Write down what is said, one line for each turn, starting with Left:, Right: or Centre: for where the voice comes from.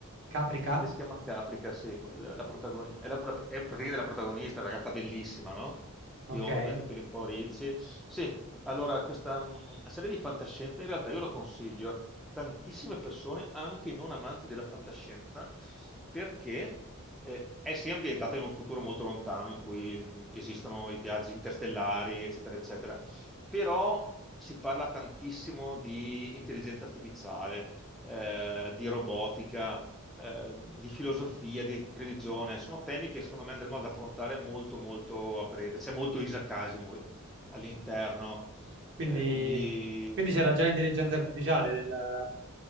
Right: caprica,
Centre: Lei si chiama Caprica, sì, co- la, protagonista, è, la- una- è praticamente la protagonista, una ragazza bellissima, no? Bionda,
Right: ok?
Centre: capelli un po' ricci. Sì, allora questa mh, serie di fantascienza in realtà io la consiglio a tantissime persone, anche non amanti della fantascienza, perché eh, è sì ambientata in un futuro molto lontano in cui il- esistono i viaggi interstellari, eccetera, eccetera, però si parla tantissimo di intelligenza artificiale, eh, di robotica eh, di filosofia, di religione. Sono temi che secondo me andremo ad affrontare molto, molto a breve. C'è molto Isaac Asimov all'interno.
Right: Quindi,
Centre: Eh, quindi
Right: quindi
Centre: eh,
Right: c'era già l'intelligenza artificiale nel,